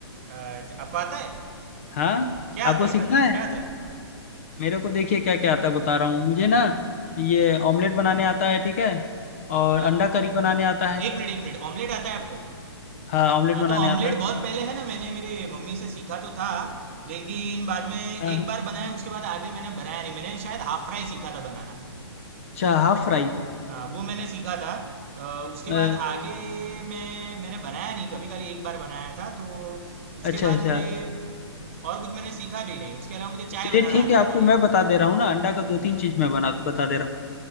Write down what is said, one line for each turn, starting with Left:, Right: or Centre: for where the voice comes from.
Right: अ, आपको आता है
Left: हाँ
Right: क्या
Left: आपको
Right: आता है
Left: सीखना
Right: खाते
Left: है
Right: क्या आता है
Left: मेरे को देखिए क्या क्या आता है बता रहा हूँ मुझे ना ये ऑमलेट बनाने आता है ठीक है और
Right: आ,
Left: अंडा करी बनाने आता है
Right: एक मिनट एक मिनट ऑमलेट आता है आपको
Left: हाँ ऑमलेट
Right: हाँ
Left: बनाने
Right: तो ऑमलेट
Left: आता है
Right: बहुत पहले है ना मैंने मेरे मम्मी से सीखा तो था लेकिन बाद में
Left: हाँ
Right: एक
Left: हाँ
Right: बार बनाया उसके बाद आगे मैंने बनाया नहीं मैंने शायद हाफ फ्राई सीखा था बनाना
Left: अच्छा हाफ फ्राई
Right: हाँ वो मैंने सीखा था अ, उसके
Left: अ,
Right: बाद आगे मैं मैंने बनाया नहीं कभी खाली एक बार बनाया था तो उसके
Left: अच्छा
Right: बाद
Left: अच्छा
Right: मुझे और कुछ मैंने सीखा भी नहीं उसके अलावा मुझे चाय
Left: चलिए
Right: बनाना
Left: ठीक
Right: आता
Left: है
Right: है
Left: आपको
Right: खाली
Left: मैं बता दे रहा हूँ ना अंडा का दो
Right: हम्म,
Left: तीन चीज़ मैं बना बता दे रहा हूँ